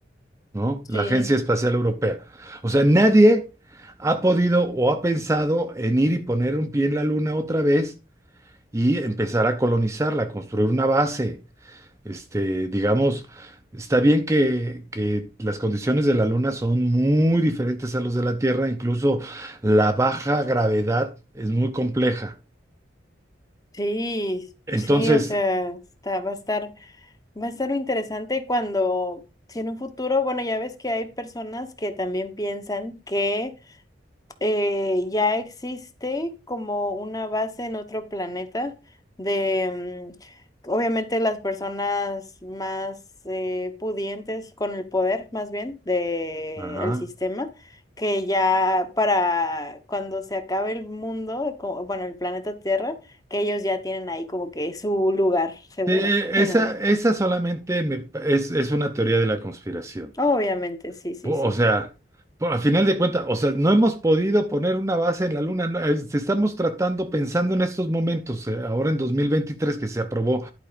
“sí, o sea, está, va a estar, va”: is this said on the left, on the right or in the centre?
Left